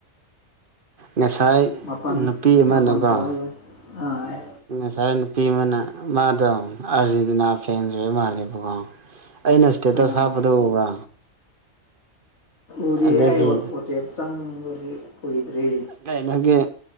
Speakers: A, on the right (about 40°); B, on the left (about 50°).
A: ꯉꯁꯥꯏ
B: ꯃꯥꯄꯥꯟ
A: ꯅꯨꯄꯤ ꯑꯃꯅꯀꯣ
B: ꯃꯥꯄꯥꯟ ꯇꯧꯔꯒ ꯑꯥ
A: ꯉꯁꯥꯏ ꯅꯨꯄꯤ ꯑꯃꯅ ꯃꯥꯗꯣ ꯑꯥꯔꯖꯦꯟꯇꯤꯅꯥ ꯐꯦꯟꯁ ꯑꯣꯏꯕ ꯃꯥꯜꯂꯦꯕꯀꯣ ꯑꯩꯅ ꯏꯁꯇꯦꯇꯁ
B: ꯑꯥ
A: ꯍꯥꯞꯄꯗ ꯎꯕ꯭ꯔꯥ
B: ꯎꯗꯤ
A: ꯑꯗꯒꯤ
B: ꯑꯩ ꯑꯣꯇꯦꯞ ꯆꯪꯕꯗꯤ ꯀꯨꯏꯗ꯭ꯔꯤ
A: ꯀꯩꯅꯣꯒꯤ